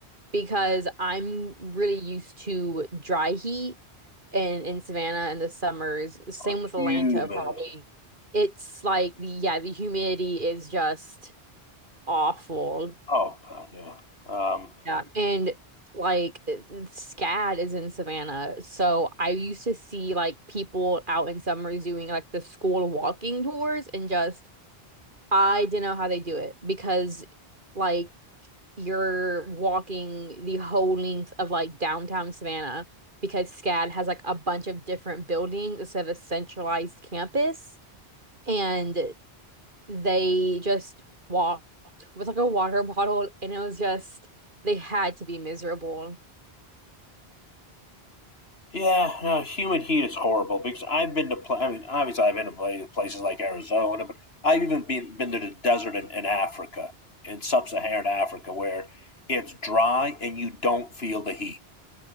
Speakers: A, on the right; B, on the left.
A: because I'm really used to dry heat in in Savannah in the summers. Same
B: it's
A: with Atlanta,
B: humid.
A: probably. It's like the yeah, the humidity is just awful.
B: Oh god, yeah. Um,
A: Yeah. And like it- SCAD is in Savannah. So I used to see like people out in summers doing like the school walking tours and just I didn't know how they do it because like you're walking the whole length of like downtown Savannah because SCAD has like a bunch of different buildings instead of a centralized campus. And they just walked with like a water <laughs> bottle, and it was just, they had to be miserable.
B: yeah, no, humid heat is horrible because I've been to pla I mean, obviously I've been to pla- places like Arizona, but I've even been been to the desert in, in Africa, in sub-Saharan Africa, where it's dry and you don't feel the heat.